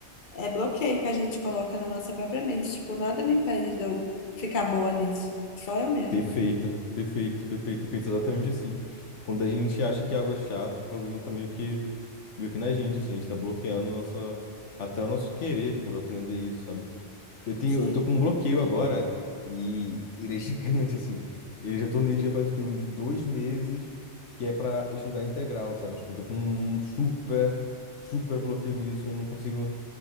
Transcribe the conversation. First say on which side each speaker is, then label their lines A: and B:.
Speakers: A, on the left; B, on the left.
A: é bloqueio que a gente coloca na nossa própria mente. Tipo, nada me impede de eu ficar boa nisso. Só eu mesmo.
B: Perfeito, perfeito, perfeito. Eu penso exatamente assim. Quando a gente acha que algo é chato, o problema tá meio que, meio que na gente, assim, a gente tá bloqueando nossa, até o nosso querer por aprender isso, sabe? Eu tenho,
A: Sim,
B: eu tô com um bloqueio agora e ele é gigante, assim. Eu já tô nele já faz o quê? Uns dois meses, que é pra estudar integral, sabe? Tipo, eu tô com um super, super bloqueio nisso. Eu não consigo